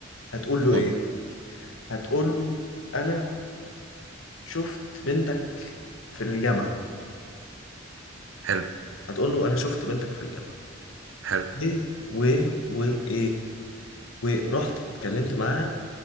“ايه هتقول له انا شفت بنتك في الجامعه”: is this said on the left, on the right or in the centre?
Left